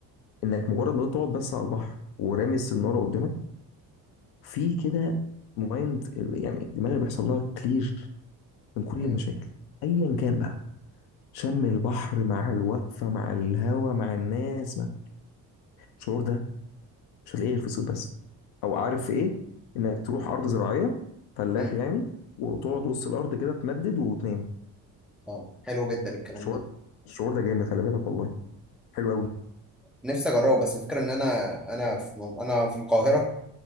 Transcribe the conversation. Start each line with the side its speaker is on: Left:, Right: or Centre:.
Left: انك مجرد ما تقعد بس على البحر ورامي السناره قدامك في كده مايند يعني دماغك بيحصل لها كلير من كل
Centre: مم.
Left: المشاكل ايا كان بقى شم البحر مع الوقفه مع الهوا مع الناس مع الشعور ده مش هتلاقيه غير في الصيف بس او عارف في ايه انك تروح ارض زراعيه فلاح
Centre: مم.
Left: يعني وتقعد وسط الارض كده تمدد وتنام
Centre: اه حلو جدا الكلام
Left: الشعور
Centre: ده
Left: الشعور ده جامد خلي بالك والله حلو قوي
Centre: نفسي اجربه بس الفكره ان انا انا في من- انا في القاهره